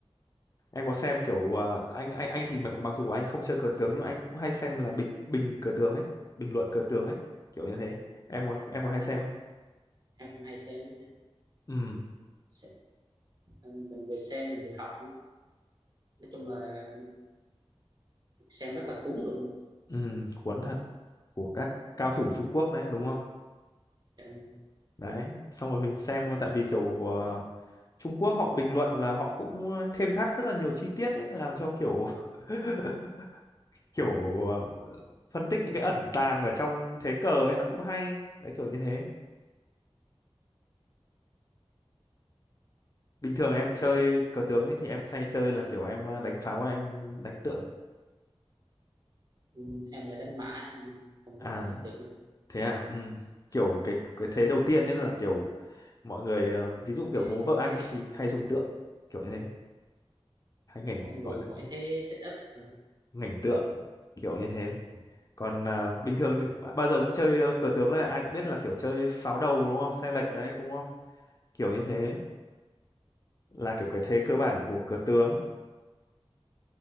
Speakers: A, on the left (about 35°); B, on the right (about 40°).
A: em có xem kiểu ờ, anh anh anh thì mặc mặc dù anh không chơi cờ tướng nhưng mà anh cũng hay xem là bình bình cờ tướng ấy bình luận cờ tướng ấy kiểu như thế em có em có hay xem không
B: em em hay xem lắm nha.
A: ừ
B: xem em- mình vừa xem mình vừa học nói chung là xem rất là cuốn luôn
A: ừ cuốn thật của các cao thủ Trung Quốc đấy đúng không
B: Dạ đúng
A: đấy xong rồi mình xem tại vì kiểu ờ, Trung Quốc họ bình luận là họ cũng thêm thắt rất là nhiều chi tiết ấy làm cho kiểu <laughs> kiểu ờ, phân tích những cái ẩn tàng ở trong thế cờ ấy nó cũng hay đấy kiểu như thế bình thường em
B: rồi.
A: chơi cờ tướng ấy thì em hay chơi là kiểu em ờ, đánh pháo hay em đánh tượng
B: Ừ, em là đánh mã em không
A: à
B: có pháo tự mình
A: thế à ừ. kiểu cái cái thế đầu tiên nên là kiểu mọi người ờ, ví dụ kiểu
B: thế
A: bố vợ anh
B: thế
A: ấy
B: s-
A: thì hay dùng tượng kiểu như thế hay ngảnh
B: mọi người
A: gọi là
B: mỗi thế setup rồi
A: ngảnh tượng kiểu như thế còn à, bình thường thì b- bao giờ cũng chơi ờ, cờ tướng này ai cũng biết là kiểu chơi pháo đầu đúng không xe lệch đấy cũng không kiểu như
B: Ừ.
A: thế là kiểu cái thế cơ bản của cờ tướng